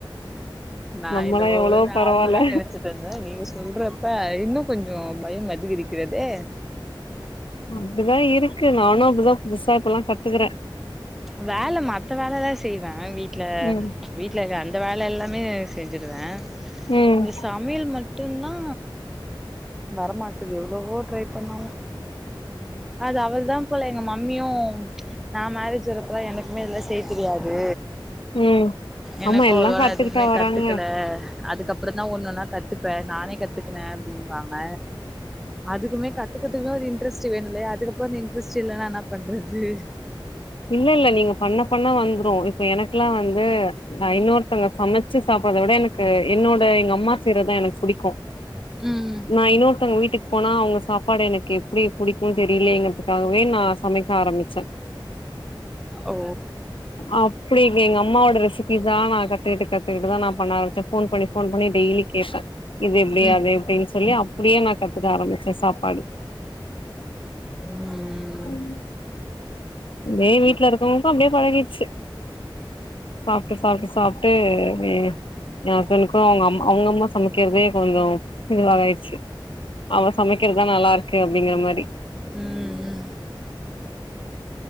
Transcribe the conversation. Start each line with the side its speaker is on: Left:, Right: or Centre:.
Centre: நா
Left: நம்மல்லா
Centre: என்னமோ
Left: எவ்ளோ
Centre: நார்மலா
Left: பரவால்ல
Centre: நெனச்சிட் ருந்த நீங்க சொல்றப்ப இன்னு கொஞ்சோ பய அதிகரிக்கதே
Left: அப்டிதா இருக்கு நானு அப்டிதா புதுசா இப்பதா கத்துக்குற
Centre: வேல மத்த வேலலா செய்வ வீட்ல
Left: ம்
Centre: வீட்ல இருக்க அந்த வேல எல்லாமே செஞ்சுடுவ
Left: ம்
Centre: இந்த சாப் மில் மட்டுதா வரமாட்டது எவ்ளவோ ட்ரை பண்ணாலு அது அவ்ளதா போல எங்க மம்மியு நா மேரேஜ் வரப்பதா எனக்குமே இதெல்லா செய்ய தெரியாது
Left: ம்
Centre: எனக்கு
Left: ஆமா எல்லா
Centre: அவ்ளவா
Left: கத்துக்கிட்டா
Centre: நா எதுமே
Left: வராங்க
Centre: கத்துக்கல அதுக்கப் பறந்தா ஒன் ஒன்னா கத்துப்ப நானே கத்துக்கின ம்பாங்க அதுக்குமே கத்துக்கறதுக்குலா ஒரு இன்ட்ரெஸ்ட் வேணுல்லயா அதுக்கப்பற அந்த இன்ட்ரெஸ்ட் இலலனா என்ன பண்றது
Left: இல்லல்ல நீங்க பண்ண பண்ண வந்ரு இப்ப எனக்குலா வந்து நா இன்னொருத்தவங்க சமைச்சு சாப்றத விட எனக்கு என்னோட எங்க அம்மா செய்றதா எனக்கு புடிக்கு
Centre: ம்
Left: நா இன்னொருத்தங்க வீட்டுக் போனா அவங்க சாப்பாடு எனக்கு எப்டி புடிக்குன் தெரிலயேங்கிறதுக்காகவே நா சமைக்க ஆரம்பிச்ச உம் <inaudible>
Centre: ஓ
Left: அப்டி வி எங்க அம்மாவோட ரெசிபீஸ்ஸா நா கத்துக்குட்டு கத்துக்குட்டுதா நா பண்ண ஆரம்பிச்ச ஃபோன் பண்ணி ஃபோன் பண்ணி டெய்லி கேப்ப இது எப்டி
Centre: ம்
Left: அது எப்டின் சொல்லி அப்டியே நா கத்துக்க ஆரம்பிச்ச சாப்பாடு
Centre: ம்
Left: அம் மே வீட்ல இருக்கவங்களுக்கு அப்டியே பழகிடுச்சு சாப்ட்டு சாப்ட்டு சாப்ட்டு மே ஏ ஹஸ்பண்டுக்கு அவங்க அம் அவங்க அம்மா சமைக்றதே கொஞ்சோ இதுவாக ஆய்டுச்சு அவ சமைக்கிறதுதா நல்லாருக்கு அப்டிங்கிற மாரி
Centre: ம் ம்